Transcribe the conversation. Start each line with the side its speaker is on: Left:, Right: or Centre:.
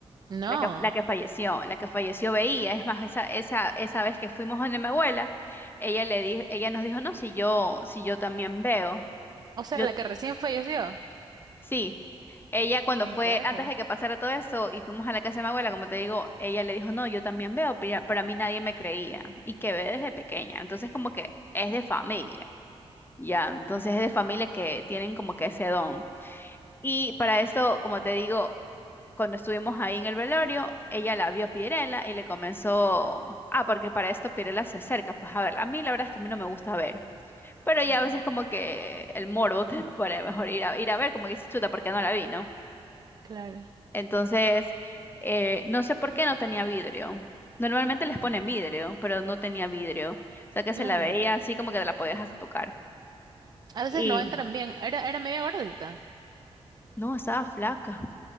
Right: No.
Left: La que, la que falleció, la que falleció veía, es más, esa, esa, esa vez que fuimos donde mi abuela, ella le dijo, ella nos dijo, no, si yo, si yo también veo.
Right: O sea,
Left: Yo,
Right: la que recién falleció.
Left: sí, ella cuando
Right: ¿En
Left: fue,
Right: serio?
Left: antes de que pasara todo esto, y fuimos a la casa de mi abuela, como te digo, ella le dijo, no, yo también veo, pero, ya- pero a mí nadie me creía, y que ve desde pequeña. Entonces como que es de familia, ya, entonces
Right: Ujú,
Left: es de familia que tienen como que ese don. Y para esto, como te digo, cuando estuvimos ahí en el velorio, ella la vio a Pirela y le comenzó, ah, porque para esto Pirela se acerca, pues a ver, a mí la verdad es que a mí no me gusta ver, pero ya
Right: ujú.
Left: a veces como que el morbo te <laughs> para mejor ir a, ir a ver, como que dice chuta, porque no la vi, ¿no?
Right: Claro,
Left: Entonces, eh, no sé por qué no tenía vidrio. Normalmente les ponen vidrio, pero no tenía vidrio. O sea que
Right: claro.
Left: se la veía así como que te la podías hasta tocar.
Right: A veces
Left: Y
Right: no entran bien. Era, era media gordita.
Left: no, estaba flaca,